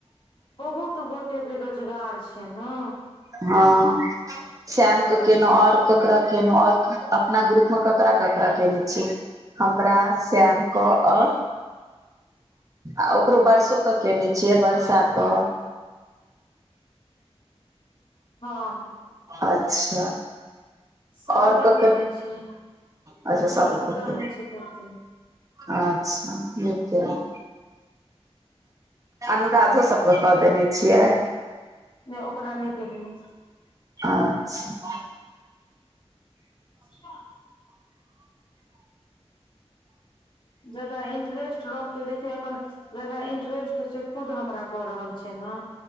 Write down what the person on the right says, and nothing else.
हँ श्येम के केेलौं और ककरा केेलऊ और अपना ग्रुप मे ककरा ककरा केने छि हमरा श्याम क और आ ओकरो बरसो क कैने छियै बर्षा क
अच्छा
आओर ककर
अच्छा सबके
अच्छा नीक केलौ अनुराधो सबके कऽ देने छियै
अच्छा